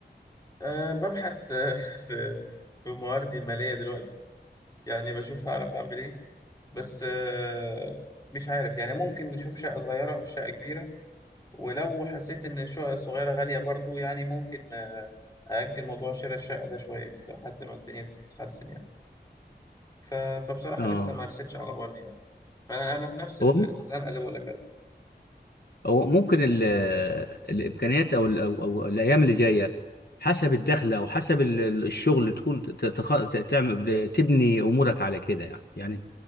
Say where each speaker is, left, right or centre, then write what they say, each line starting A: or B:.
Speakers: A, on the left (about 20°); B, on the left (about 65°).
A: أه ببحث <laughs> في في مواردي المالية دلوقتي يعني بشوف هعرف اعمل ايه بس آه، مش عارف يعني ممكن نشوف شقة صغيرة مش شقة كبيرة ولو حسيت ان الشقة الصغيرة غالية برضو يعني ممكن آه، أأجل موضوع شراء الشقة ده شوية كده لحد ما الدنيا تتحسن يعني ف- فبصراحة
B: اه
A: لسه ما رستش على بر يعني فأنا أنا في نفس ال-
B: هو مم-
A: الزنقة اللي بقول لك عليها
B: هو ممكن ال الامكانيات او ال او او الايام اللي جايه حسب الدخل او حسب ال- ال- الشغل تكون ت- تخ- ت- تعمل تبني امورك على كده يعني يعني